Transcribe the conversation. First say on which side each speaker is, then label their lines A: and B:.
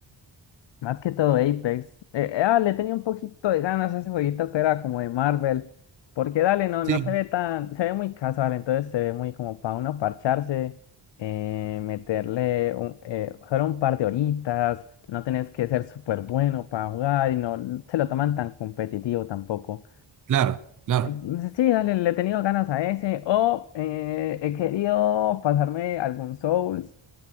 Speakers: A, on the left; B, on the right.
A: Más que todo Apex. Eh, eh, ah, le tenía un poquito de ganas a ese jueguito que era como de Marvel. Porque dale, no,
B: Sí,
A: no se ve tan, se ve muy casual, entonces se ve muy como para uno parcharse, eh, meterle un, eh, solo un par de horitas, no tenés que ser súper bueno para jugar y no se lo toman tan competitivo tampoco.
B: claro, claro.
A: Entonces, sí, dale, le he tenido ganas a ese. O eh, he querido pasarme algún Souls,